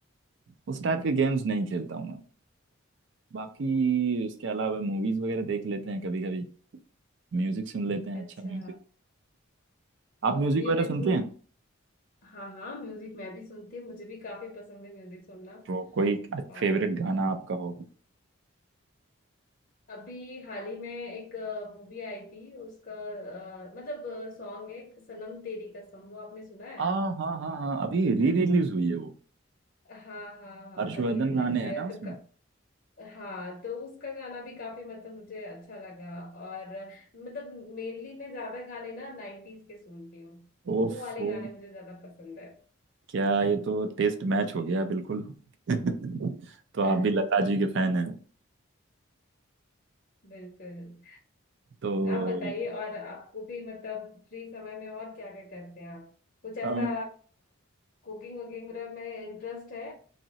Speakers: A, on the right (about 60°); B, on the left (about 45°).
A: उस टाइप के गेम्स नहीं खेलता हूँ मैं बाकी उसके अलावा मूवीज वगैरह देख लेते हैं कभी कभी म्यूजिक सुन लेते हैं
B: अच्छा
A: अच्छा म्यूजिक
B: तो
A: आप म्यूजिक
B: मूवीज
A: वगैरह सुनते हैं
B: हाँ हाँ म्यूजिक मैं भी सुनती हूँ मुझे भी काफी पसंद है म्यूजिक सुनना
A: तो कोई
B: वाह
A: फेवरेट गाना आपका हो
B: अभी हाल ही में एक मूवी आई थी उसका अ, मतलब सॉन्ग है सनम तेरी कसम वो आपने सुना है
A: आ हाँ हाँ हाँ अभी री रिलीज हुई है वो
B: हाँ हाँ हाँ
A: हर्षवर्धन
B: री रिलीज
A: गाने
B: हुई
A: हैं
B: है
A: ना उसमें
B: तो हाँ तो उसका गाना भी काफी मतलब मुझे अच्छा लगा और मतलब मेनली मैं ज्यादा गाने ना नाइन्टीज के सुनती हूँ
A: ओफो
B: वो वाले गाने मुझे ज्यादा पसंद है
A: क्या ये तो टेस्ट मैच हो गया बिल्कुल <laughs> तो आप
B: <laughs>
A: भी लता जी के फैन हैं
B: बिल्कुल
A: तो
B: आप बताइए और आपको भी मतलब फ्री समय में और क्या क्या करते हैं आप कुछ ऐसा
A: अम,
B: कुकिंग वगैरह में इंटरेस्ट है